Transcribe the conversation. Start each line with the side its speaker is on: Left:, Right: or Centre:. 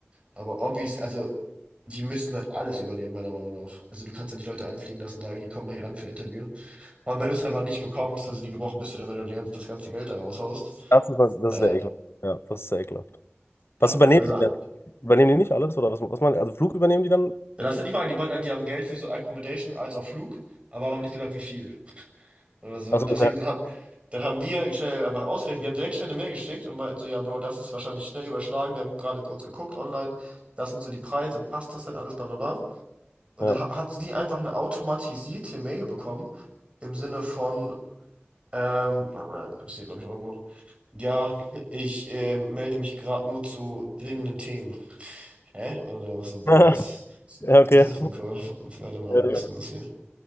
Right: Aber obvious, also die müssten halt alles übernehmen, meiner Meinung nach. Also du kannst ja nicht Leute einfliegen lassen und sagen, hier komm mal hier ran für ein Interview. Vor allem, wenn du es einfach nicht bekommst, also wie gebrochen bist du denn, wenn du die ganze- das ganze Geld da raushaust?
Left: Das ist, das
Right: Äh,
Left: ist sehr ekelhaft. Ja, das ist sehr ekelhaft.
Right: ja,
Left: Was übernehmen
Right: also
Left: die
Right: äh,
Left: dann? Übernehmen die nicht alles? Oder was, was man, also Flug übernehmen die dann?
Right: das ist ja die Frage. Die meinten, halt, die haben Geld für so Accommodation als auch Flug, aber haben nicht gesagt, wie viel. Oder so.
Left: Achso,
Right: Und deswegen,
Left: okay.
Right: dann haben, dann haben wir schnell einfach ausgerechnet, wir haben direkt schnell eine Mail geschickt und meinten so, ja, Bro, das ist wahrscheinlich schnell überschlagen, wir haben gerade kurz geguckt online, das sind so die Preise, passt das denn alles, bla bla bla. Und
Left: Ja.
Right: dann ha- hat sie einfach eine automatisierte Mail bekommen, im Sinne von, ähm, warte mal, ich hab's hier, glaube ich, noch irgendwo. Ja, <laughs> ich äh, melde mich gerade nur zu dringenden Themen. Hä? Und dann war so,
Left: <laughs>
Right: was?
Left: Ja, okay.
Right: Das ist für ein Call. <laughs> Warte mal,
Left: Äh,
Right: wo ist denn das hier?